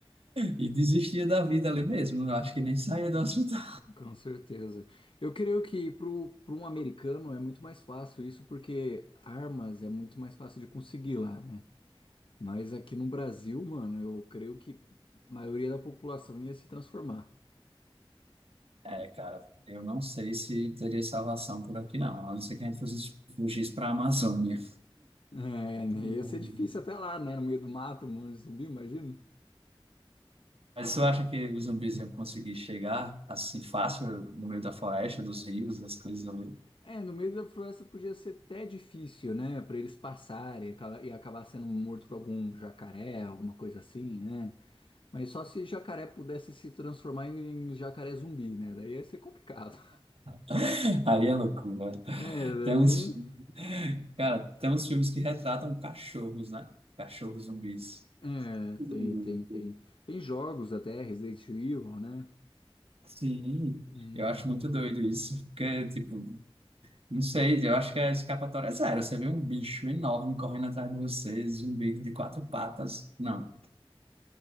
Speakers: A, on the right (about 85°); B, on the left (about 65°).
A: E desistia da vida ali mesmo. Eu acho que nem saía do
B: Tá?
A: hospital.
B: Com certeza. Eu creio que para um americano é muito mais fácil isso, porque armas é muito mais fácil de conseguir lá, né? Mas aqui no Brasil, mano, eu creio que a maioria da população ia se transformar.
A: É, cara, eu não sei se teria salvação por aqui, não. A não ser que a gente fosse fugisse para a Amazônia.
B: É, né?
A: Uhum.
B: ia ser difícil até lá, né? No meio do mato, um monte de zumbi, imagina.
A: Mas você acha que os zumbis iam conseguir chegar assim fácil no meio da floresta, dos rios, das coisas ali?
B: É, no meio da floresta podia ser até difícil, né? Pra eles passarem e acaba- e acabar sendo morto por algum jacaré, alguma coisa assim, né? Mas só se jacaré pudesse se transformar em jacaré zumbi, né? Daí ia ser complicado. <laughs>
A: <laughs> Aí é loucura.
B: É, daí.
A: Tem uns, cara, tem uns filmes que retratam cachorros, né? Cachorros zumbis.
B: É,
A: Uhum.
B: tem, tem, tem. Tem jogos até, Resident Evil, né?
A: Sim,
B: Hum,
A: eu acho muito doido isso, porque, tipo, Não sei, eu acho que a escapatória é zero. Você vê um bicho enorme correndo atrás de você, zumbi de quatro patas. Não,